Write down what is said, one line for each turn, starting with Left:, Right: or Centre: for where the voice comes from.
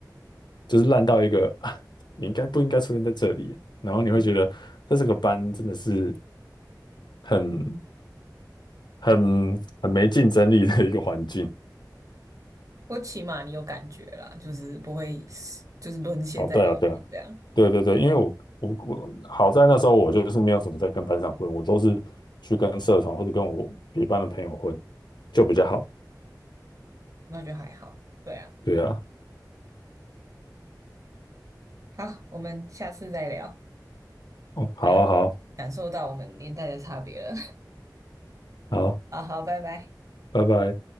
Left: 就是烂到一个啊你应该不应该出现在这里？然后你会觉得在这个班真的是
Right: 嗯，
Left: 很很很没竞争力的一个环境。
Right: 不过起码你有感觉啦，就是不会就是沦陷在里面这样，
Left: 哦，对啊，对啊，对对对，因为我我我好在那时候我就是没有什么在跟班上混，我都是去跟社团或者跟我别班的朋友混，就比较好。
Right: 那就还好。对啊，
Left: 对啊，
Right: 好，我们下次再聊。
Left: 哦，好啊，
Right: 对啊，
Left: 好啊
Right: 感受到我们年代的差别了。
Left: 好啊，
Right: <laughs> 好好，拜拜。
Left: 拜拜。